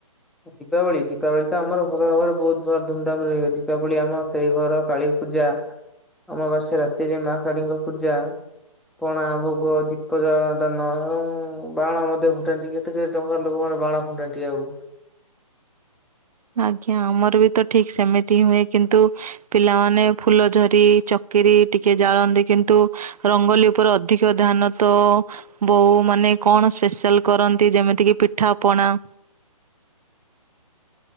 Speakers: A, in the centre; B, on the right.
A: ଦୀପାବଳି ଦୀପାବଳି ତ ଆମର ଭଲ ଭାବରେ ବହୁତ ଧୁମଧାମରେ ରହିବ ଦୀପାବଳି ଆମ ସେଇ ଘର କାଳି ପୂଜା ଅମାବାସ୍ୟା ରାତିରେ ମା କାଳୀଙ୍କ ପୂଜା। ପଣା ଭୋଗ ଦୀପ ଦାନ ଏବଂ ବାଣ ମଧ୍ୟ ଫୁଟାନ୍ତି ଟିକେ। କେତେ କେତେ ଟଙ୍କା ଲୋକାନେ ବାଣ ଫୁଣ୍ଡା ଟଆ ଆଉ
B: ଆଜ୍ଞା ଆମର ବି ତ ଠିକ ସେମିତି ହ ହୁଏ କିନ୍ତୁ ପିଲାମାନେ ଫୁଲ ଧଝରି ଚକିରି ଟିକେ ଜାଳନ୍ତି କିନ୍ତୁ ରଙ୍ଗୋଲି ଉପରେ ଅଧିକ ଧ୍ୟାନ ତ। ବୋ ମାନେ କଣ ସ୍ପେଶାଲ କରନ୍ତି ଯେମିତି କି ପିଠାପଣା।